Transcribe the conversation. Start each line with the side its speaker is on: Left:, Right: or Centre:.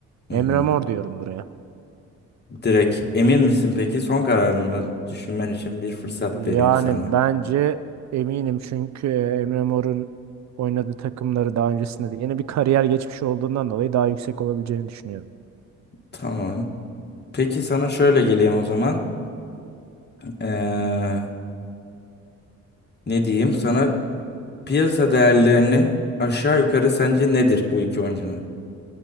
Left: Hı
Right: Emre
Left: hı.
Right: Mor diyorum buraya.
Left: Direkt emin misin peki? Son kararımı düşünmen için bir fırsat
Right: Yani
Left: vereyim sana.
Right: bence eminim çünkü e, Emre Mor'un oynadığı takımları daha öncesinde de yine bir kariyer geçmiş olduğundan dolayı daha yüksek olabileceğini düşünüyorum.
Left: Tamam. Peki sana şöyle geleyim o zaman. Ee, ne diyeyim? Sana piyasa değerlerinin aşağı yukarı sence nedir bu iki oyuncunun?